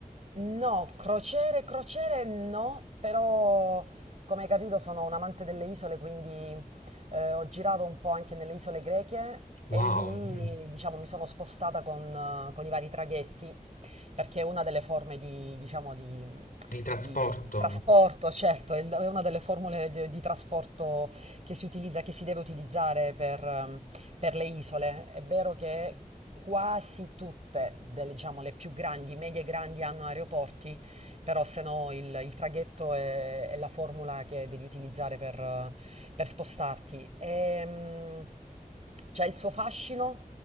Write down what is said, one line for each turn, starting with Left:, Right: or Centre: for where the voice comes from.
Right: no, crociere, crociere no, però come hai capito sono un amante delle isole, quindi eh, ho girato un po' anche nelle isole greche e
Left: Wow,
Right: lì
Left: mm,
Right: diciamo mi sono spostata con, eh, con i vari traghetti, perché è una delle forme di, diciamo, di,
Left: di trasporto.
Right: di trasporto, certo, è l- è una delle formule di, di trasporto che si utilizza, che si deve utilizzare per... ehm, Per le isole, è vero che quasi tutte, delle, diciamo, le più grandi, medie e grandi hanno aeroporti, però se no il, il traghetto è, è la formula che devi utilizzare per, eh, per spostarti. Ehm, c'è il suo fascino.